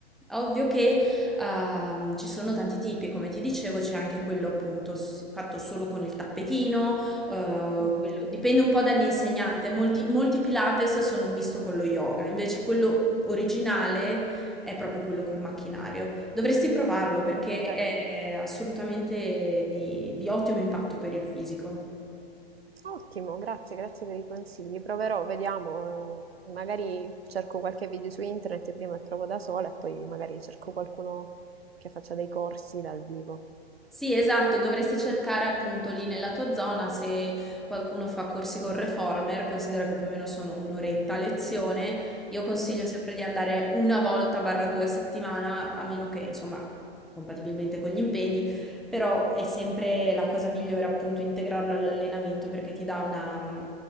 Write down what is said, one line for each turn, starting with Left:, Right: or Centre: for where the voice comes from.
Centre: Ovvio che ehm, ci sono tanti tipi, come ti dicevo, c'è anche quello appunto s- fatto solo con il tappetino, eh,
Right: Mm,
Centre: quello- dipende un po' dall'insegnante, molti, molti Pilates sono un misto con lo yoga, invece quello originale è proprio quello col macchinario. Dovresti provarlo perché
Right: ok,
Centre: è assolutamente di di ottimo impatto per il fisico.
Right: ottimo, grazie, grazie per i consigli. Proverò, vediamo, eh, magari cerco qualche video su internet prima e provo da sola e poi magari cerco qualcuno che faccia dei corsi dal vivo.
Centre: Sì, esatto, dovresti cercare appunto lì nella tua zona se qualcuno fa corsi con Reformer, considera che più o meno sono un'oretta a lezione, io consiglio
Right: Mm.
Centre: sempre di andare una volta barra due a settimana, a meno che insomma compatibilmente con gli impegni, però è sempre la cosa migliore appunto integrarlo all'allenamento perché ti dà una... mm,